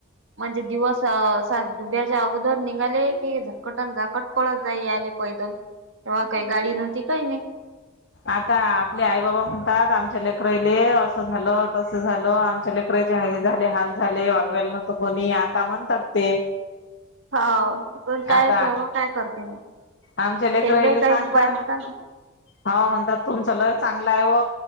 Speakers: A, on the right (about 70°); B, on the left (about 55°).
A: म्हणजे दिवस <unintelligible> अगोदर नि सघाले की झाकटण झाकट पळत जाई आले. पैदल तेव्हा काही गाडी नव्हती काही नाही.
B: आता आपले आई-बाबा म्हणतात. आमच्या लेकराले असं झालं तसं झालं आमचा लेक लेकराचे हे झाले हाल झाले <unintelligible> कोणीही आता म्हणतात ते.
A: हा पण काय
B: आता
A: तेव्हा काय करतील. मग
B: आमच्या लेकराईले
A: तेले काही
B: सांगता
A: उपाय न हॅलो!
B: हो आउंदा तुमचं लई चांगला आहे हो